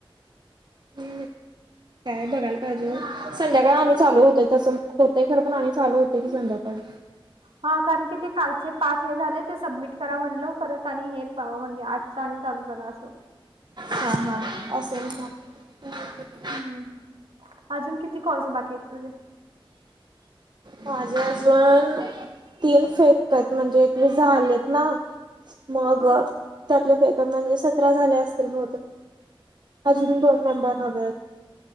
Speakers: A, on the right; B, on the right.
A: हम्म. काय बघायला पाहिजे संध्याकाळ आम्ही
B: पण-
A: चालू होतोय तसं. होतय खर पण आणि चालू होते की संध्याकाळी.
B: हा कारण की ते कालचे पाच हे झाले ते सबमिट करा म्हणलं परत आणि पहा हे म्हणजे सहानी चालू झालं असं.
A: हां -हां अस <unintelligible>
B: हम्म. अजून किती कॉल्स बाकी आहेत तुझे?
A: माझे अजून. तीन फेकत म्हणजे एक झालेत ना. मग
B: हम्म.
A: त्यातले फेग म्हणजे सतरा झाले असतील बहूतेक
B: हम्म.
A: अजून दोन मेंबर हव्येत.